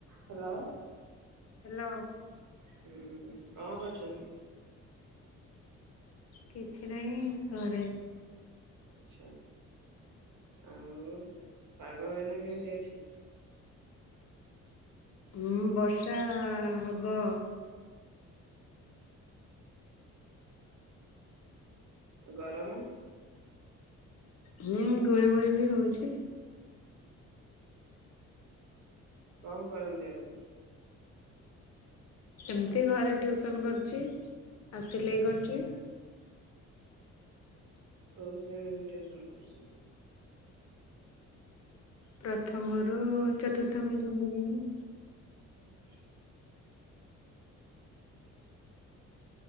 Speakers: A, on the right (about 75°); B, on the left (about 55°).
A: ହ୍ୟାଲୋ
B: ହ୍ୟାଲୋ
A: ହୁଁ କଣ କରୁଛନ୍ତି
B: କିଛି ନାହିଁ ଘରେ।
A: ଆଚଛା। ଆଉ ପାଗ ଭଇନା କେମିତି ଅଛି।
B: ହୁଁ ବର୍ଷା ହବ।
A: ଗରମ।
B: ହୁଁ ଗୋଳି ଗୋଳି ବି ହଉଛି।
A: କଣ କରନ୍ତି ଆପଣ।
B: ଏମିତି ଘରେ ଟିଉସନ କରୁଛି ଆଉ ସିଲେଇ କରୁଛି।
A: କୋଉ ଶ୍ରେଣୀରୁ ଟୁସନ କରୁଛନ୍ତି।
B: ପ୍ରଥମ ଆ ଚତୁର୍ଥ ପ ଜନ୍ମ ଯ
A: ହୁଁ